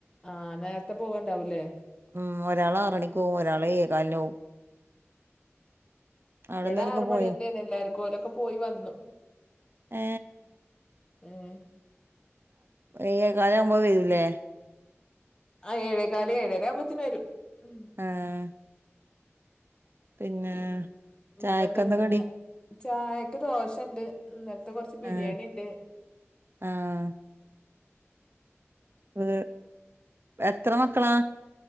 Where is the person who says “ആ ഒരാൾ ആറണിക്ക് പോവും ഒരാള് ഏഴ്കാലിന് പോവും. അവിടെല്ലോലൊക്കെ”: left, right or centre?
Right